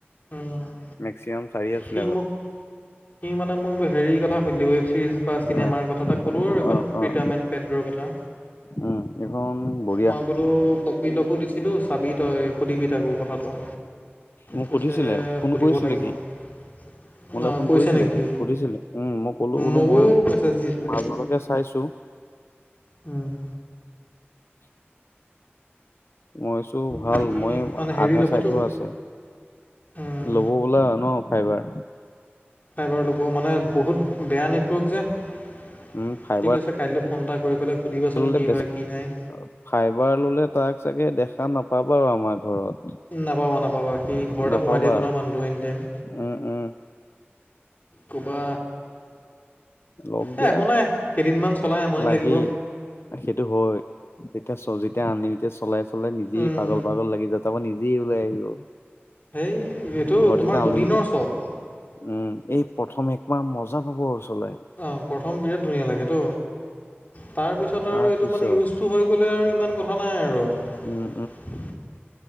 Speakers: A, on the left; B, on the left.
A: উম,
B: মেক্সিমাম চাৰি আছিলে
A: সি
B: আগতে।
A: মোক সি মানে, মোক হেৰি কথা সুধিলি ৱেব ছিৰিজ বা চিনেমাৰ
B: অ'
A: কথা এটা ক'লোঁ আৰু এখন
B: অ'
A: প্ৰীতামেন
B: অ'
A: পেড্ৰৰ কথা
B: উম এইখন বঢ়িয়া
A: মই কপিলগকো দিছিলোঁ। চাবি তই সুধিবি থাকো কথাটো।
B: মোক
A: কৈছে
B: সুধিছিলে, ফোন
A: সুধিব
B: কৰিছিলে
A: লাগিব
B: কি?
A: অ',
B: মোলৈ ফোন
A: কৈছে
B: কৰিছিলে,
A: নেকি
B: কি সুধিছিলে উম' মই কলো বোলো
A: মোকো
B: মই
A: মেছেজ দিছিলে
B: মাজলৈকে চাইছো।
A: উম',
B: <inaudible> মই কৈছোঁ ভাল,
A: সি
B: মই
A: মানে হেৰি
B: আধা
A: ল'বতো
B: চাই থোৱা আছে।
A: উম,
B: ল'ব বোলে আৰু ন ফাইবাৰ।
A: ফাইবাৰ ল'ব মানে, বহুত বেয়া নেটৱৰ্ক যে
B: উম ফাইবাৰ
A: ঠিক আছে কাইলৈ ফোন এটা কৰি পেলাই সুধিবাচোন
B: ললে
A: কি
B: বেছি
A: হয় কি নাই।
B: ফাইবাৰ ললে তাক চাগে দেখা নাপাবা আৰু আমাৰ ঘৰত।
A: নাপাবা-নাপাবা সি ঘৰতে
B: নাপাবা
A: সোমাই থাকিব
B: আৰু
A: মানুহটো এনি টাইম।
B: উম উম
A: কবা
B: লগ দিয়া
A: এ' একো নাই, কেইদিনমান চলাই আমনি
B: লাগেই
A: লাগিব।
B: সেইটো হয়, তেতিয়া যেতিয়া অনলিমিতেত চলাই- চলাই নিজেই
A: উম,
B: পাগল-পাগল লাগি যাব। তামান নিজেই ওলাই আহিব।
A: হেই এইটো
B: ঘৰত
A: তোমাৰ
B: যেতিয়া আনলিমিটেড
A: দুদিনৰ চখ।
B: উম' এই প্ৰথম একমাহ মজা পাব চলাই।
A: অ' প্ৰথম বিৰাট ধুনীয়া লাগ তো তাৰপিছত আৰু
B: তাৰ
A: এইটো
B: পিছত
A: মানে ইউজটো হৈ গ'লে আৰু ইমান কথা নাই আৰু।
B: উম